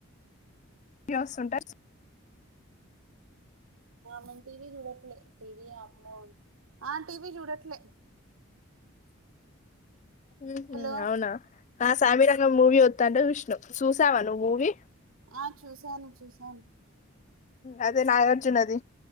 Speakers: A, on the left; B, on the right.
A: ఏ వస్తుంటారు
B: మ టీవి చుడట్లే టీవి అమ్మో టీవీ చుడట్లే
A: ఉహు
B: హలో
A: అవునా నా సామి రంగ మూవీ వత్తంటే చూసినం, చూసావా నువ్వు మూవీ.
B: ఆ చూసాను చూసాను
A: అదే నాగార్జునది